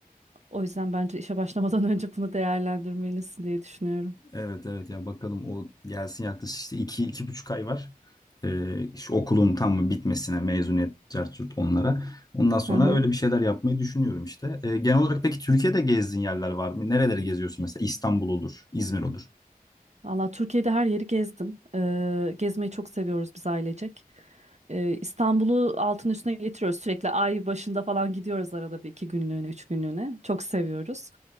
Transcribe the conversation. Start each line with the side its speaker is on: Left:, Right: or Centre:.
Right: O yüzden bence işe başlamadan <laughs> önce bunu değerlendirmelisin diye düşünüyorum.
Left: Evet evet ya bakalım o gelsin yaklaşık işte iki, iki buçuk ay var. Ee, şu okulun tam bitmesine mezuniyet cart curt onlara. Ondan sonra
Right: Hı
Left: öyle bir şeyler yapmayı düşünüyorum işte. Ee, genel olarak peki Türkiye'de gezdiğin yerler var mı? Nereleri geziyorsun mesela? İstanbul olur, İzmir olur.
Right: Valla Türkiye'de her yeri gezdim. Ee, gezmeyi çok seviyoruz biz ailecek. Ee, İstanbul'u altın üstüne getiriyoruz. Sürekli ay başında falan gidiyoruz arada bir iki günlüğüne, üç günlüğüne. Çok seviyoruz.